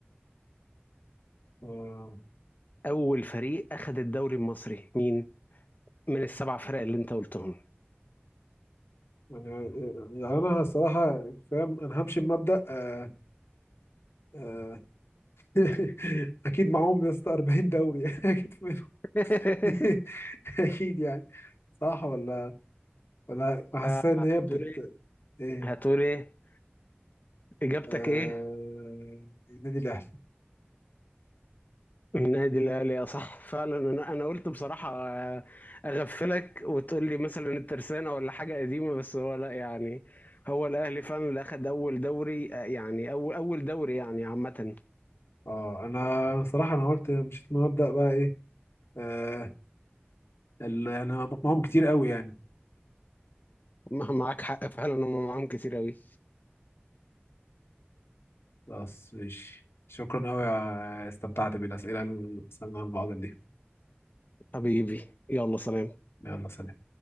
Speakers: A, on the left (about 85°); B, on the left (about 45°).
A: آه،
B: أول فريق أخد الدوري المصري مين من السبع فرق اللي أنت قلتهم
A: يعني آه، يعني انا الصراحة فاهم انا همشي بمبدأ آه، آه، <laughs> اكيد معاهم يا اسطى 40 دوري <laughs> اكيد منهم
B: <laughs>
A: <laughs> اكيد يعني صح ولا ولا حاسس
B: آه،
A: ان
B: هتقول
A: هي بتت
B: إيه
A: ايه
B: هتقول إيه إجابتك
A: آه...
B: إيه
A: النادي الاهلي
B: النادي الاهلي يا صح فعلا انا انا قلت بصراحه آه، اغفلك وتقول لي مثلا الترسانه ولا حاجه قديمه بس هو لا يعني هو الاهلي فعلا اللي اخد اول دوري آه، يعني اول اول دوري يعني عامه
A: اه انا صراحه انا قلت مشيت من مبدأ بقى ايه آه، ال- انا بقمعهم كتير قوي يعني
B: <laughs> معاك حق فعلا هم معاهم كتير قوي
A: خلاص ماشي شكرا قوي استمتعت بالاسئله اللي سالناها لبعض دي
B: حبيبي يلا سلام
A: يلا سلام